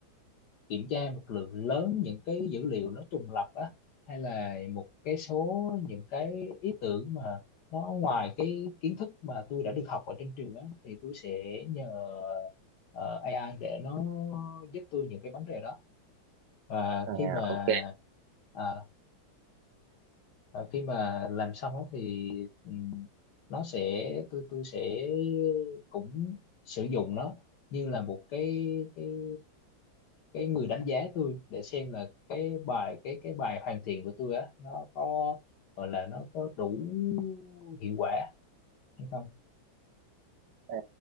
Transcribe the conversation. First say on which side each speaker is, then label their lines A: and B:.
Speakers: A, on the left; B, on the right.
A: kiểm tra một lượng lớn những cái dữ liệu nó trùng lặp á hay là một cái số những cái ý tưởng mà nó ngoài cái kiến thức mà tôi đã được học ở trên trường á thì tôi sẽ nhờ ờ, AI để nó giúp tôi những cái vấn đề đó và
B: à,
A: khi mà
B: ok
A: à, và khi mà làm xong á thì ừm, nó sẽ tôi tôi sẽ cũng sử dụng nó như là một cái cái cái người đánh giá tôi để xem là cái bài cái cái bài hoàn thiện của tôi á nó có gọi là nó có đủ hiệu quả hay không
B: à,